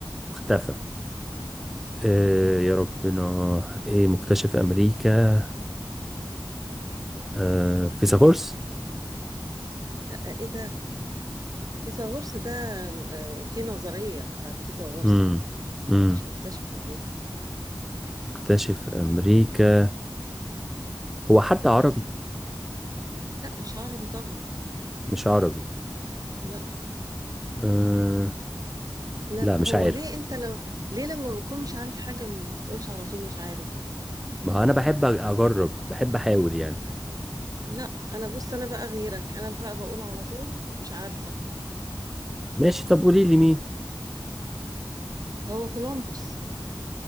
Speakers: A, in the centre; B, on the right.
A: اختفى آه يا ربنا ايه مكتشف امريكا
B: مم.
A: آه فيثاغورس
B: لا ايه ده فيثاغورس ده آه، في نظرية بتاعت فيثاغورس
A: امم امم
B: مش مكتشف امريكا
A: مكتشف امريكا هو حتى عربي
B: لا مش عربي طبعا
A: مش عربي
B: لا
A: آه
B: لا
A: لا مش
B: هو
A: عارف
B: ليه انت لو ليه لما بكون مش عارف حاجة ما بتقولش على طول مش عارف
A: ما هو انا بحب اجرب بحب احاول يعني
B: لا انا بص انا بقى غيرك انا بقى بقول على طول مش عارفة
A: ماشي طب قولي لي مين
B: هو كولومبوس